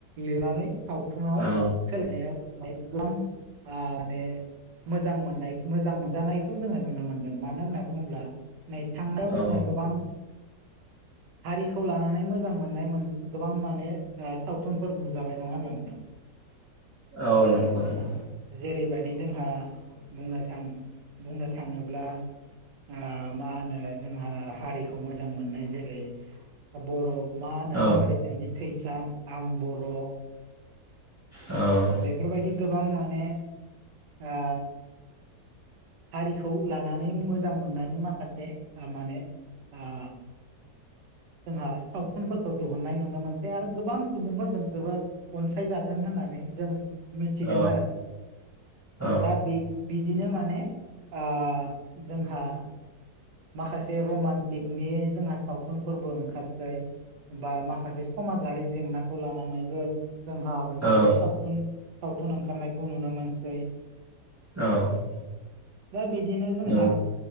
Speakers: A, on the right; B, on the right.
A: लिरनानै सावथुनाव
B: औ
A: सोलायनायाव एखदम आ माने मोजां मोननाय मोजां मोनजानायखौ जोङो नुनो मोनदों मानो होनना बुङोब्ला थांनायाव
B: औ
A: जोङो गोबां हारिखौ लानानै मोजां मोननाय मोन गोबां माने ओ सावथुनफोर नुजाबाय नङा होमब्ला नोंथां।
B: औ नंगौं नं
A: जेरैबायदि जोंहा बुंनो थां बुंनो थाङोब्ला आ मा होनो जोंहा हारिखौ मोजां मोननाय जेरै बर' मा होनो
B: औ
A: जांख्रिथायनि थैसाम, आं बर'
B: औ।
A: बेफोरबायदि गोबां माने आ हारिखौ लानानै मोजां मोननायनि माखासे ओ माने आ जोंहा सावथुनफोरखौ दुहुननाय नुनो मोनसै आरो गोबां सुबुंफोरजों जोबोद अनसायजादों होननानै जों मिथिदों
B: औ
A: आरो
B: औ
A: दा बे बिदिनो माने आ जोंहा माखासे रमान्टिकनि जोंहा सावथुनफोरबो ओंखारसै। बा माखासे समाजारि जेंनाखौ लानानैबो जोंहा बेफोरबायदि
B: औ
A: सावथुन सावथुन ओंखारनायखौ नुनो मोनसै।
B: औ
A: दा बिदिनो जोंहा
B: नों